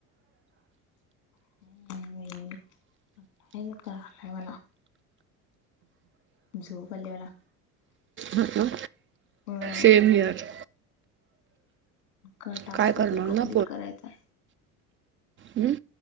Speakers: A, on the left; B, on the right.
A: <unintelligible> झोप आली मला.
B: हो कां,
A: होय
B: सेम हियर.
A: पण टास्क
B: काय करणार
A: पण कंप्लीट
B: ना
A: करायचाय.
B: हम्म.